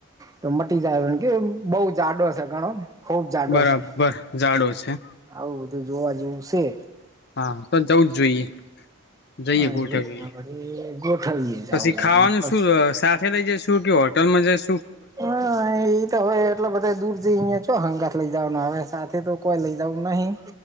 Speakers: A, on the right; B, on the left.
A: તો મટી જાય કે બઉ જાડો છે ઘણો ખુબ જાડો
B: બરાબર
A: છે
B: જાડો છે
A: આવું બધું જોવા જેવું છે.
B: હા તો જવું જ જોઈએ. જઈએ
A: એટલે
B: ગોઠવ
A: ગોઠવીએ જ
B: પછી
A: આવું હોય
B: ખાવાનું
A: પછી
B: શું સાથે લઈ જે શું કેવ. હોટલ
A: હા એ તો હોય એટલે બધા દૂર જ અયા ચો સંગત લઈ જવાનું આવે સાથે તો કોઈ લઈ જવું નહી.